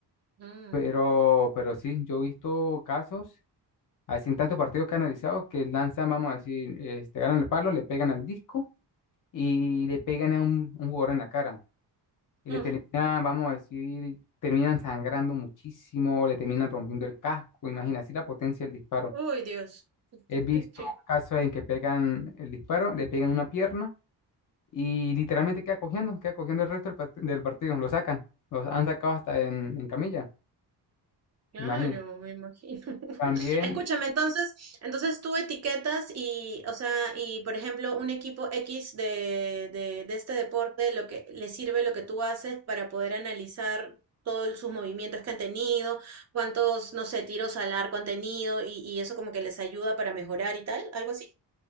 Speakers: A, on the right (about 40°); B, on the left (about 50°).
A: Mm.
B: Pero, pero sí, yo he visto casos, así en tantos partidos que he analizado, que lanzan, vamos a decir, este, ganan el palo, le pegan al disco y le pegan a un, un jugador en la cara. Y
A: Uf,
B: le terminan, vamos a decir, terminan sangrando muchísimo, le terminan rompiendo el casco. Imagina así la potencia del disparo.
A: Uy, Dios. <laughs>
B: He visto casos en que pegan el disparo, le pegan una pierna y literalmente queda cogiendo, queda cogiendo el resto del, part- del partido. Lo sacan, los han sacado hasta en, en camilla,
A: Claro,
B: imagino.
A: me imagino. <laughs>
B: También
A: Escúchame, entonces, entonces tú etiquetas y, o sea, y por ejemplo, un equipo X de, de, de este deporte, lo que le sirve lo que tú haces para poder analizar todos sus movimientos que han tenido, cuántos, no sé, tiros al arco han tenido y, y eso como que les ayuda para mejorar y tal, algo así.